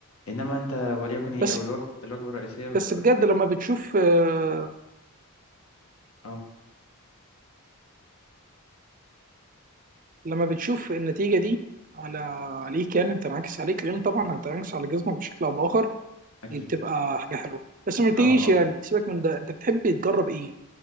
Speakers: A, on the left (about 70°); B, on the right (about 35°).
A: إنما أنت وليكن إيه
B: بس
A: أو الوجبة الوجبة الرئيسية
B: بس بجد لما بتشوف آه،
A: أه
B: لما بتشوف النتيجه دي على عليك يعني بتنعكس عليك لان طبعا هتنعكس على جسمك بشكل او باخر
A: أكيد
B: دي بتبقى حاجه حلوه بس ما تيجيش
A: أه أه
B: يعني سيبك من ده انت بتحب تجرب ايه